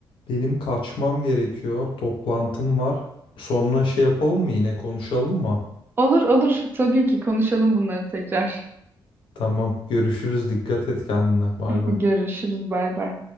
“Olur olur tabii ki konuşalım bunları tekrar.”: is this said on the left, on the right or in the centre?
Right